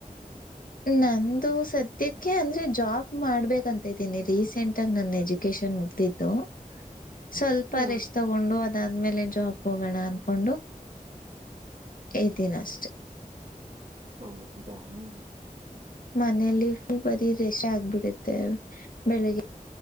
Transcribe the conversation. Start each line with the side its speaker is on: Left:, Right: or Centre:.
Left: ನಂದು, ಸದ್ಯಕ್ಕೆ, ಅಂದ್ರೆ ಜಾಬ್ ಮಾಡ್ಬೇಕಂತ. <inaudible> ಮಾಡುತ್ತೀನಿ, ರೀಸೆಂಟ್, ಆಗೀ, ನನ್ನ ಎಜುಕೇಶನ್, ಮುಗಿದಿದ್ದು. <inaudible> ಸ್ವಲ್ಪ,
Right: ಹಾ
Left: ರೆಸ್ಟ್, ತಗೊಂಡು. <inaudible> ಅದ್ಮೇಲೆ, ಜಾಬ್ ಹೋಗೋಣ! ಅನ್ಕೊಂಡು ಇದೀನಿ, ಅಷ್ಟೆ. <inaudible>
Right: ಹೌದ. <inaudible>
Left: ಮನೇಲಿ... <inaudible> ಯುಗಾದಿ. <unintelligible> ರೆಸ್ಟ್, ಆಗ್ಬಿಡುತ್ತೆ, ಬೆಳಿಗ್ಗೆ